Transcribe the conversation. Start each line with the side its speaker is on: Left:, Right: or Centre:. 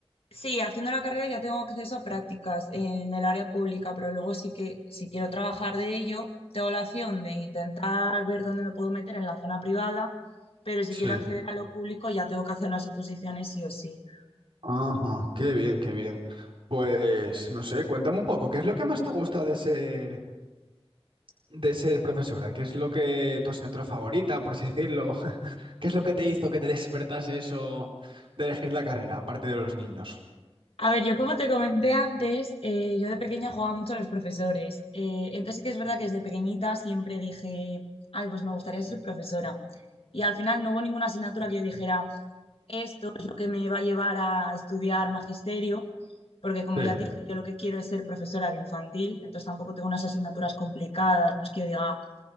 Left: Sí, haciendo la carrera ya tengo acceso a prácticas en el área pública, pero luego sí que si quiero trabajar de ello, tengo la opción de intentar ver dónde me puedo meter en la zona privada, pero si
Right: Sí.
Left: quiero acceder a lo público ya tengo que hacer las oposiciones sí o sí.
Right: Ajá, qué bien, qué bien. Pues no sé, cuéntame un poco, ¿qué es lo que más te gusta de ser de ser profesora? ¿Qué es lo que tu asignatura favorita, por así decirlo? <laughs> ¿Qué es lo que te hizo que te despertase eso de elegir la carrera, aparte de los niños?
Left: A ver, yo como te comenté antes, eh, yo de pequeña jugaba mucho a los profesores, eh, entonces sí que es verdad que desde pequeñita siempre dije, ay, pues me gustaría ser profesora. Y al final no hubo ninguna asignatura que yo dijera Esto es lo que me va a llevar a estudiar magisterio, porque como
Right: Sí,
Left: ya te dije, yo lo que quiero es ser profesora de infantil, entonces tampoco tengo unas asignaturas complicadas, no es que yo diga,